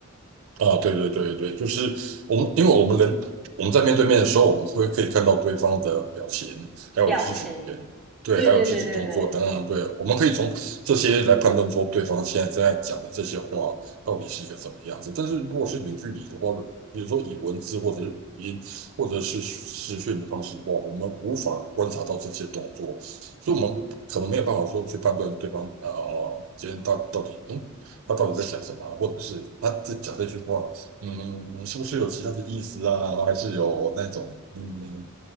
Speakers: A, on the right (about 85°); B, in the centre.
A: 啊，对对对对，就是我们，因为我们人我们在面对面的时候，我们会可以看到对方的表情，还有肢体语言，
B: 表情？
A: 对，
B: 对对对对对
A: 还有肢体动作等等，对，我们可以从这些来判断说对方现在正在讲的这些话到底是一个什么样子。但是如果是远距离的话，比如说以文字或者是语音或者是视讯的方式的话，我们无法观察到这些动作，所以我们可能没有办法说去判断对方呃今天到到底嗯他到底在想什么啊或者是他在讲这句话，嗯，是不是有其他的意思啊？还是有那种嗯